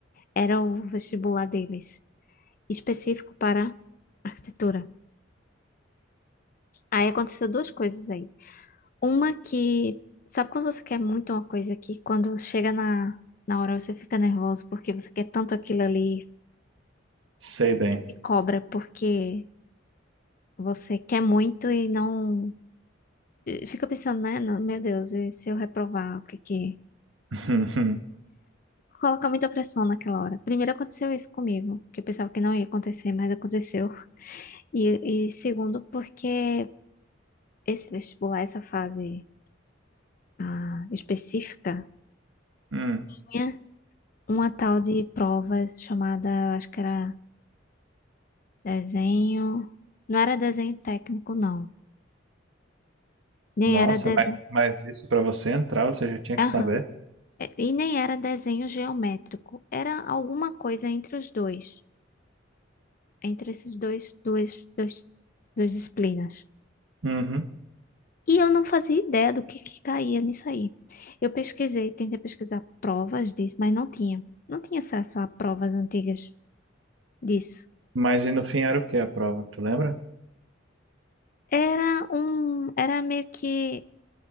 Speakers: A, on the left (about 45°); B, on the right (about 85°).
A: era o vestibular deles, específico para arquitetura. Aí aconteceu duas coisas aí. Uma que, sabe quando você quer muito uma coisa que quando chega na, na hora você fica nervoso porque você quer tanto aquilo ali
B: Sei bem.
A: e se cobra porque você quer muito e não... Fica pensando, né? Não, Meu Deus, e se eu reprovar, o que que...
B: <laughs>
A: colocar muita pressão naquela hora. Primeiro aconteceu isso comigo, que eu pensava que não ia acontecer, mas aconteceu. E, e segundo, porque esse vestibular, essa fase ah, específica,
B: Hum.
A: tinha uma tal de prova chamada, eu acho que era desenho. Não era desenho técnico, não. Nem
B: Nossa,
A: era desenho.
B: mas, mas isso para você entrar, você já tinha
A: Aham.
B: que saber.
A: É, E nem era desenho geométrico. Era alguma coisa entre os dois, entre esses dois, duas, duas, duas disciplinas.
B: Uhum.
A: E eu não fazia ideia do que, que caía nisso aí. Eu pesquisei, tentei pesquisar provas disso, mas não tinha. Não tinha acesso a provas antigas disso.
B: Mas e no fim era o que a prova, tu lembra?
A: Era um, era meio que